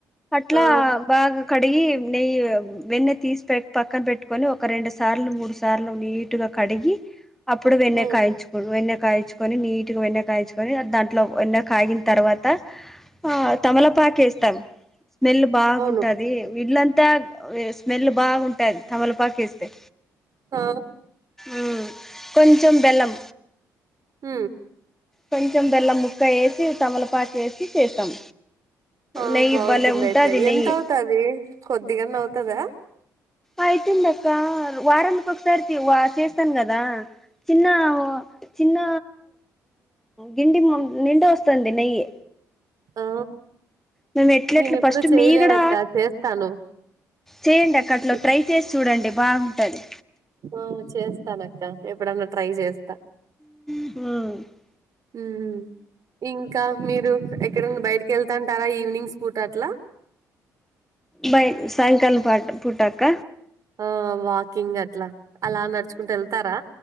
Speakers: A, in the centre; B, on the right (about 55°).
A: అట్లా
B: ఆ
A: బాగా క డిగి నెయ్యి వెన్న తీసి పెట్ పక్కన పెట్టుకొని ఒక రెండు సార్లు మూడు సార్లు నీ టుగ కడిగి అప్పుడు వెన్నె
B: ఉమ్,
A: కాయించు వెన్న కాయిచుకొని నీటుగా వెన్న కాయిచుకొని దాంట్లో వెన్న కాగిన తర్వాత ఆ తమలపాకు ఏస్తాం మెల్ బాగుంటది
B: అవును
A: ఇల్లంతా వే స్మెల్ బాగుంటది తమలపాకు ఏస్తే
B: ఆ
A: ఉ కొంచెం బెల్లం
B: ఉ
A: కొంచెం బెల్లం ముక్క వేసి తమలపాకు వేసి చేస్తాం
B: ఆ
A: నెయ్యి
B: బాగుంటుంది
A: భలే ఉంటుంది
B: అయితే
A: నెయ్యి
B: ఎంత అవుతది కొద్దిగన్నా అవుతదా
A: అయితుంది అక్క వారానికి ఒకసారి వా చేస్తాను గదా చిన్న అవు చిన్న గిండి నిండ వస్తుంది నెయ్యి
B: ఆ
A: మేము ఎట్ల
B: నేను
A: ఎట్ల
B: ఎప్పుడు
A: ఫస్ట్
B: చేయలేదక్క
A: మీగడ
B: చేస్తాను
A: చేయండి అక్క అట్ల
B: ఇస్-
A: ట్రై చేసి చూడండి బాగుంటది
B: ఆ చేస్తానక్క ఎప్పుడన్నా ట్రై చేస్తా
A: ఉహు
B: మ్ ఇంకా మీరు ఎక్కడన్న బయటకి వెళ్తాంటారా ఈవినింగ్స్ పూట అట్లా
A: బై సాయంకాలం పాట్ పూట అక్క
B: ఆ వాకింగ్ అట్లా అలా నడుచుకుంటూ వెళ్తారా